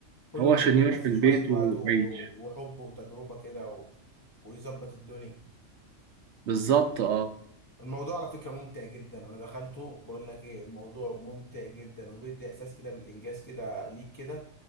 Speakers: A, on the left (about 15°); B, on the right (about 65°).
A: كله
B: هو
A: محتاج
B: شنيور
A: بس
B: في البيت
A: شوية وقت
B: وبعيد
A: و... وحب وتجربة كده و... ويظبط الدنيا
B: بالظبط اه
A: الموضوع على فكرة ممتع جدا انا دخلته بقول لك ايه الموضوع ممتع جدا وبيدي احساس كده بالانجاز كده ليك كده